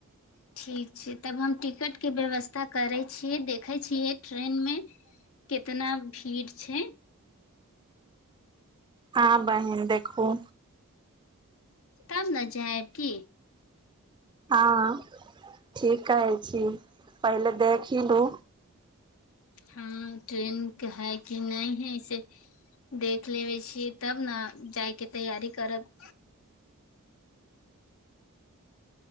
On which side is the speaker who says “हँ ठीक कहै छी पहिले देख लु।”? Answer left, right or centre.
Right